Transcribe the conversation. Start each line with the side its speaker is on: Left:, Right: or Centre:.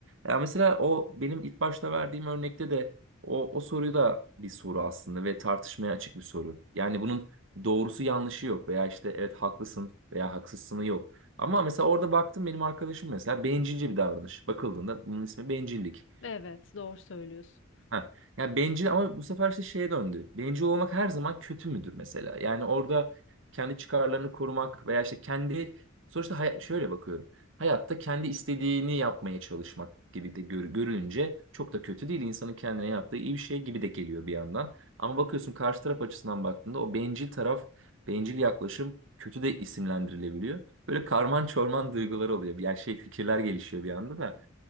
Right: Ya mesela o benim ilk başta verdiğim örnekte de o, o soruyu da bir soru aslında ve tartışmaya açık bir soru. Yani bunun doğrusu yanlışı yok veya işte evet haklısın veya haksızsını yok. Ama mesela orada baktım benim arkadaşım mesela bencilce bir davranış. Bakıldığında bunun ismi bencillik.
Left: Evet, doğru söylüyorsun.
Right: Ha. Ya bencil ama bu sefer işte şeye döndü. Bencil olmak her zaman kötü müdür mesela? Yani orada kendi çıkarlarını korumak veya işte kendi sonuçta hayat, şöyle bakıyorum. Hayatta kendi istediğini yapmaya çalışmak gibi de gör- görülünce çok da kötü değil. İnsanın kendine yaptığı iyi bir şey gibi de geliyor bir yandan. Ama bakıyorsun karşı taraf açısından baktığında o bencil taraf, bencil yaklaşım kötü de isimlendirilebiliyor. Böyle karman çorman duygular oluyor. Yani şey fikirler gelişiyor bir anda da.